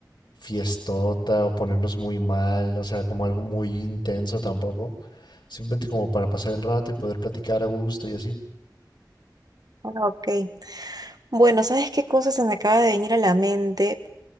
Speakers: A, on the left; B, on the right.
A: fiestota o ponernos muy mal, o sea, como algo muy intenso tampoco. Simplemente como para pasar el rato y poder platicar a gusto y así.
B: Ah, ok. Bueno, ¿sabes qué cosa se me acaba de venir a la mente?